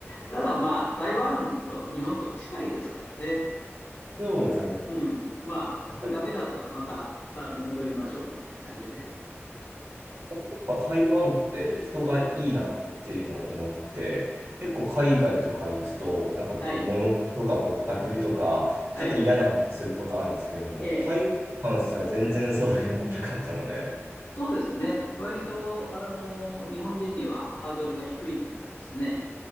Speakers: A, on the left (about 65°); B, on the right (about 70°).
A: ただまあ、台湾と日本と近いですからね。
B: そうですね。
A: うん。まあ、
B: やっぱり
A: ダメだったらまた、あの、戻りましょうみたいな感じで。
B: 本当は台湾って人がいいなっていうのを思って、結構海外とか行くと、なんか物とかぼったくりとか、
A: はい。はい。
B: ちょっと嫌な思いすることあるんですけども、
A: ええ。
B: 台湾に関しては全然そういうのがなかったので、
A: そうですね。割と、あの、日本人にはハードルが低いというかですね。